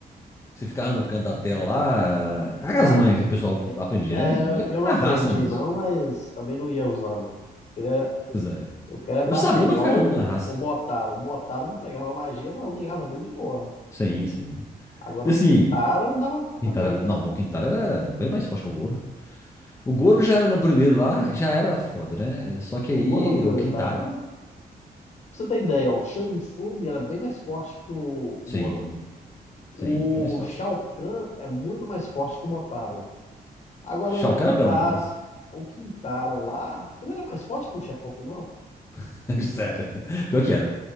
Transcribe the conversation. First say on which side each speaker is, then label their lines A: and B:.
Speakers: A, on the left; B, on the left.
A: Você ficava no canto da tela lá. Aquelas
B: Ah,
A: manhas que o pessoal
B: é,
A: aprendia,
B: é,
A: né? O negócio
B: eu não
A: era
B: aprendi
A: Na raça mesmo.
B: não, mas também não ia usar não. Queria-
A: Pois é.
B: eu queria é matar,
A: Eu sabia
B: igual
A: pra ficar jogando
B: o,
A: na raça.
B: o Botaro. O Botaro não pegava magia, mas eu ganhava dele de boa.
A: Sim, sim.
B: Agora
A: E
B: o
A: assim,
B: Quintaro eu não dava conta
A: Quintara
B: não.
A: era... Não, o Quintara era bem mais forte que o Goro. O Goro já era no primeiro lá, já era foda, né? Só que
B: O
A: aí
B: Goro
A: o Quintaro,
B: eu tava. Pra você ter ideia, ó, o Shang Tsung era bem mais forte que o
A: sim,
B: Goro. O
A: sim, bem mais forte.
B: Shao Kahn é muito mais forte que o Motaro. Agora
A: Shao
B: o Quintaro,
A: Kahn era pelão demais.
B: O Quintaro lá, ele era mais forte que o chefão final?
A: <laughs> Sério. Pior que era.